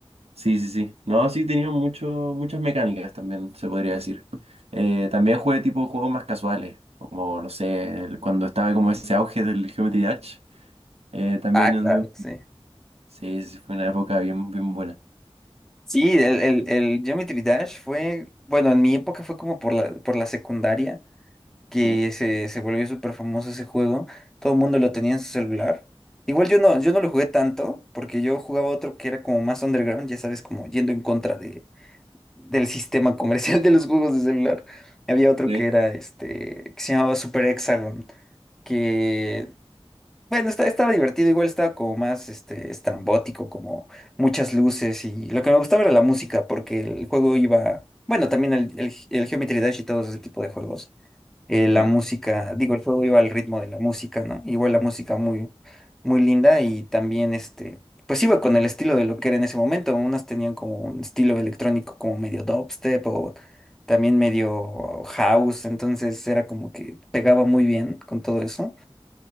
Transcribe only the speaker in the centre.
Ah,
claro, sí.
Sí, el, el, el Geometry Dash fue... Bueno, en mi época fue como por la, por la secundaria. que
se, se volvió súper famoso ese juego. Todo el mundo lo tenía en su celular. Igual yo no, yo no lo jugué tanto, porque yo jugaba otro que era como más underground, ya sabes, como yendo en contra de, del sistema comercial <laughs> de los juegos de celular. Había otro
que era este, que se llamaba Super Hexagon, que, bueno, esta- estaba divertido, igual estaba como más este, estrambótico, como muchas luces, y lo que me gustaba era la música, porque el juego iba, bueno, también el, el, el Geometry Dash y todo ese tipo de juegos eh, la
música, digo, el fuego iba al ritmo de la música, ¿no? Igual la música muy, muy linda y también este, pues iba con el estilo de lo que era en ese momento. Unas tenían como un estilo electrónico como medio dubstep o también medio house, entonces era como que pegaba muy bien con todo eso.